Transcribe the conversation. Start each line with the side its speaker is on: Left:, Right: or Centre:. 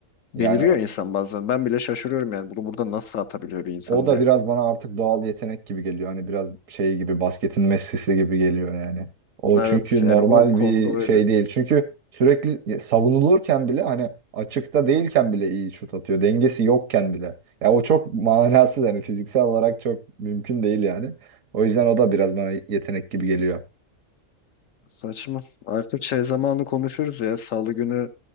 Left: Deliriyor
Right: Yani
Left: insan bazen. Ben bile şaşırıyorum yani bunu burada nasıl atabiliyor bir insan
Right: O da
Left: diye.
Right: biraz bana artık doğal yetenek gibi geliyor. Hani biraz şey gibi basketin Messi'si gibi geliyor yani. O
Left: Evet
Right: çünkü
Left: yani
Right: normal
Left: o konuda
Right: bir
Left: öyle.
Right: şey değil. Çünkü sürekli savunulurken bile hani açıkta değilken bile iyi şut atıyor. Dengesi yokken bile. Ya o çok manasız hani fiziksel olarak çok mümkün değil yani. O yüzden o da biraz bana yetenek gibi geliyor.
Left: Saçma. Artık şey zamanı konuşuruz ya salı günü.